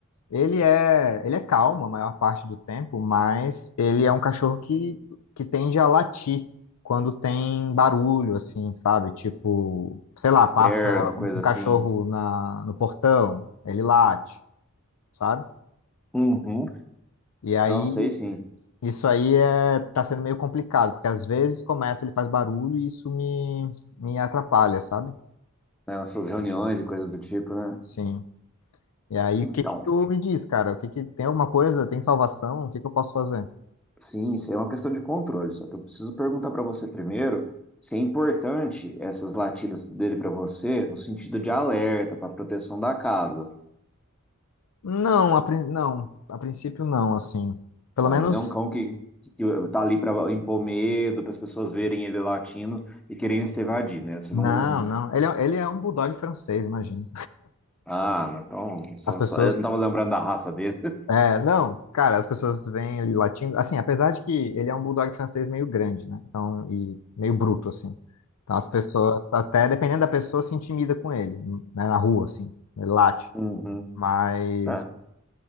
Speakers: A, on the left (about 75°); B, in the centre.
A: Ele é, ele é calmo a maior parte do tempo, mas ele é um cachorro que, que tende a latir quando tem barulho, assim, sabe? Tipo, sei lá, passa
B: Terno, coisa
A: um
B: assim.
A: cachorro na, no portão, ele late, sabe?
B: Uhum.
A: E aí
B: Não sei, sim.
A: isso aí é, tá sendo meio complicado, porque às vezes começa, ele faz barulho e isso me, me atrapalha, sabe?
B: Né, nas suas reuniões e coisas do tipo, né?
A: Sim. E aí,
B: Então,
A: o que que tu me diz, cara? O que que tem alguma coisa? Tem salvação? O que que eu posso fazer?
B: sim, isso aí é uma questão de controle. Só que eu preciso perguntar para você primeiro se é importante essas latidas dele para você no sentido de alerta, pra proteção da casa.
A: Não, a, prin- não, a princípio não, assim. Pelo
B: Não,
A: menos,
B: ele não é um cão que, que tá ali para impor medo, para as pessoas verem ele latindo e quererem se evadir, né? Você
A: não,
B: não.
A: não. Ele é, ele é um bulldog francês, imagina.
B: Ah, não, então, só-
A: As pessoas,
B: só- eu não estava lembrando da raça dele. <laughs>
A: é, não, cara, as pessoas veem ele latindo, assim, apesar de que ele é um bulldog francês meio grande, né? Então, e meio bruto, assim. Então, as pessoas, até dependendo da pessoa, se intimida com ele, né? Na rua, assim, ele late.
B: Uhum.
A: Mas,
B: Tá.